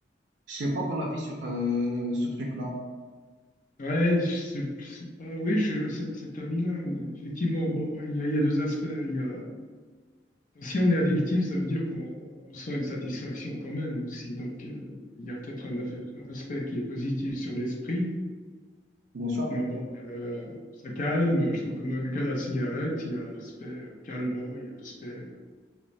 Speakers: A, on the right; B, on the left.
A: je sais pas ton avis sur euh, ce truc-là.
B: ouais, je sais- c'est pas, oui, je suis à cet, cet avis-là. Effectivement, bon, il y a, il y a deux aspects. Il y a, si on est addictif, ça veut dire qu'on on ressent une satisfaction quand même aussi. Donc, euh, il y a peut-être un, effet- un aspect qui est positif sur l'esprit.
A: Bien sûr.
B: Mais bon, euh, ça calme, justement, comme avec la cigarette, il y a l'aspect euh, calmant, il y a l'aspect, euh,